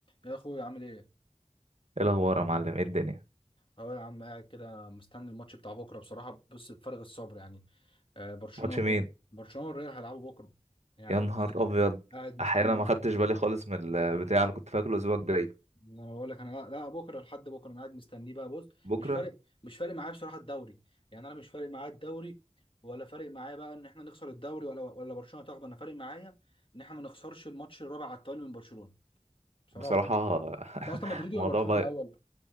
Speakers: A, on the left (about 45°); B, on the right (about 60°).
A: يا اخويا عامل ايه
B: ايه الاخبار يا معلم ايه الدنيا
A: اهو يا عم قاعد كده مستني الماتش بتاع بكره بصراحه بص بفارغ الصبر يعني آه، برشلونه
B: ماتش
A: والريال
B: مين
A: برشلونه والريال هيلعبوا بكره يعني
B: يا نهار
A: بص
B: ابيض
A: قاعد مستني
B: احيانا ما خدتش بالي خالص من البتاع انا كنت فاكره الاسبوع الجاي
A: انا بقول لك انا لا, لا بكره لحد بكره انا قاعد مستنيه بقى بص
B: بكره
A: مش فارق مش فارق معايا بصراحه الدوري يعني انا مش فارق معايا الدوري ولا فارق معايا بقى ان احنا نخسر الدوري ولا ولا برشلونه تاخده انا فارق معايا ان احنا ما نخسرش الماتش الرابع على التوالي من برشلونه بصراحه
B: بصراحه
A: انت
B: <laughs>
A: اصلا مدريدي
B: الموضوع
A: ولا برشلونه
B: بقى
A: الاول